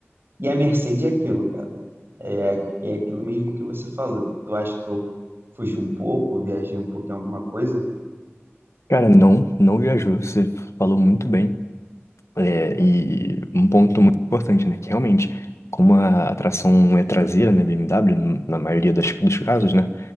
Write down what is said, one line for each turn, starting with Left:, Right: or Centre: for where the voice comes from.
Right: E a Mercedes é aquilo, cara. É, é aquilo mesmo que você falou. Tu acha que eu fugi um pouco, viajei um pouquinho em alguma coisa?
Left: Cara, não, não viajou, você falou muito bem. É, e um ponto muito importante, né? Que realmente, como a atração é traseira na BMW, na maioria das, dos casos, né?